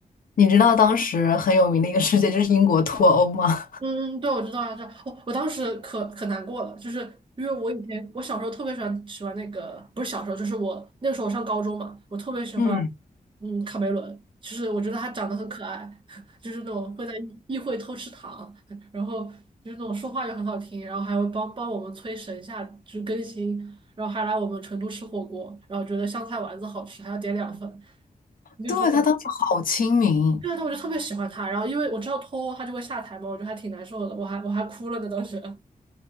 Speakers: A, on the left; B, on the right.
A: 你知道当时很有名的一个事件就是英国脱欧吗？
B: 嗯，对，我知道呀，这道。哦，我当时可可难过了，就是因为我以前我小时候特别喜欢喜欢那个，不是小时候，就是我那个时候我上高中嘛，我特别喜欢
A: <laughs> 嗯，
B: 嗯卡梅伦，就是我觉得他长得很可爱，<laughs> 就是那种会在议会偷吃糖，然后就是那种说话又很好听，然后还会帮帮我们催神下就是更新，然后还来我们成都吃火锅，然后觉得香菜丸子好吃，还要点两份，<laughs> 你就觉得。
A: 对，他当时好亲民。
B: 对啊，但我就特别喜欢他。然后因为我知道脱欧他就会下台嘛，我觉得还挺难受的，我还我还哭了呢，当时 <laughs>